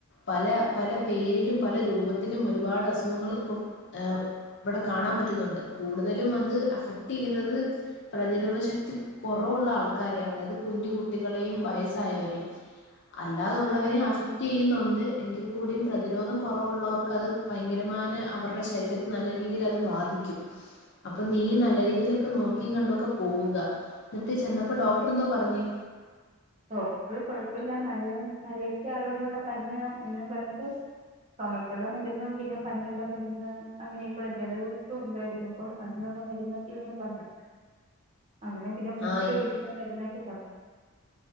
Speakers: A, on the left; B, on the right.
A: പല പല പേരിലും പല രൂപ ത്തിലും ഒരുപാട് അസുഖങ്ങളും ഇപ്പം ഇവിടെ കാണാൻ പറ്റുന്നുണ്ട് കൂടുതലും അത് അഫക്ട് ചെയ്യുന്നത് പ്രതിരോധ ശക്തി കൊറ കുറവുള്ള ആൾക്കാരെ അതായത് കുഞ്ഞു കുട്ടികളെയും വയസ്സായവരെയും. അല്ലാതുള്ളവരെ
B: ആണ്
A: അഫക്ട് ചെയ്യുന്നു എങ്കിൽ കൂടിയും പ്രതിരോധം കുറവുള്ളവർക്കത് ഭയങ്കരമാ അവരുടെ ശരീരത്തി നല്ല രീതില് അത് ബാധിക്കും അപ്പൊ നീ
B: ഉം
A: നല്ല രീതിലൊക്കെ നോക്കി കണ്ടൊക്കെ പോവുക എന്നിട്ട് ചെന്നപ്പോ ഡോക്ടർ എന്താ പറഞ്ഞേ
B: ഇപ്പോ കൊഴപ്പില്ല മഴയും മഴക്കെ ആയൊണ്ടുള്ള പനിയ എന്ന് പറന്നിട്ട് ചുമക്കുടെ മരുന്നും പിന്നെ പനിയുടെ മരുന്ന് അങ്ങനെയൊക്കെയള്ള ജലദോഷം ഉണ്ടായിരുന്നു അപ്പം അതിനൊ മെരുന്നക്ക ഇങ്ങനെ തന്ന് അങ്ങനെ പിന്നെ മൂക്കിലൊഴിക്കുന്ന
A: ആഹ്
B: മരുന്നൊക്കെ തന്നു